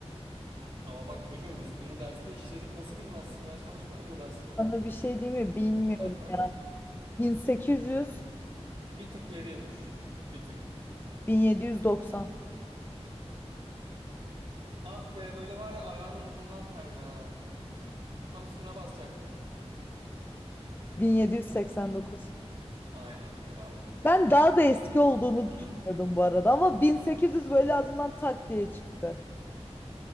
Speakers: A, on the right; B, on the left.
A: Ama bak çocuğum biz bunu derste işledik nasıl bilmezsin ya çalışmadın mı dersine?
B: Sana bir şey diyeyim mi? Bilmiyorum
A: <laughs>
B: ya. 1800
A: Bir tık geriye düş. Bir tık.
B: 1790.
A: Ah be böyle var ya ayağının ucundan kaydı ha. Tam üstüne basacaktın.
B: 1789.
A: Aynen bravo.
B: Ben daha da eski olduğunu
A: <clears throat>
B: düşünüyordum bu arada ama 1800 böyle ağzımdan tak diye çıktı.